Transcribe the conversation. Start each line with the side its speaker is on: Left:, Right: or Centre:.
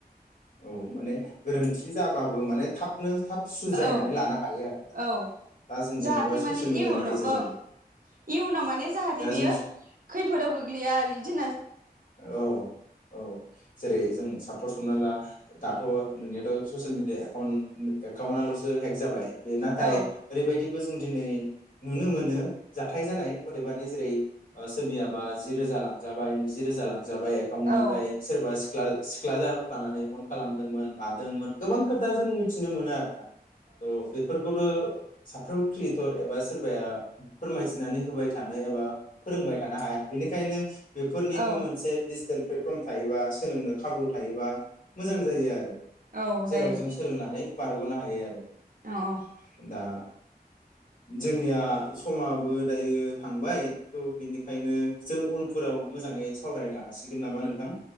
Left: औ माने गोरोन्थि जाबाबो माने थाबनो थाब सुज्रायनानै
Right: औ
Left: लानो हायो आरो जों
Right: औ
Left: दा जों जेनेबा
Right: जाहाथे
Left: ससियेल
Right: माने
Left: मिडियानि
Right: इयुनाव
Left: गेजेरजों
Right: ओं इयुनाव माने जाहाथे
Left: दा
Right: बियो
Left: जों
Right: खैफोदाव गोग्लैया आरो इदि
Left: औ औ जेरै जों सापस हमनाला दाथ' नोंनियाथ' social media account account also hack जाबाय बे नाथाय
Right: आं औ
Left: ओरैबायदिबो जों दिनै नुनो मोनो जाथाय जानाय अदेबानि जेरै ओ सोरनियाबा जिरोजा लांजाबाय नैजि जिरोजा जाबाय एकाउन्टनिफ्राय
Right: औ
Left: सोरबा ख्ला-सिख्ला जाफ्लानानै फन खालामदोंमोन मादोंमोन गोबां खोथा जों मिथिना मोनो आरो ना। औ बेफोरखौथ' साफ्रोम क्रियेटर एबा सोरबाया फोरमायथिनानै होबाय थानो एबा फोरोंबाय थानो हाया। बेनिखायनो फोरनिबो
Right: औ
Left: मोनसे प्लेटफर्म थायोबा सोलोंनो खाबु थायोबा मोजां जायो आरो।
Right: औ
Left: जेराव
Right: जायो
Left: जों सोलोंनानै बारगनो हायो आरो
Right: औ औ
Left: दा जोंनिया समाबो दायो थांबाय थ' बिनिखायनो जों उनफोराव मोजाङै सावरायनो हासिगोन नामा नोंथां?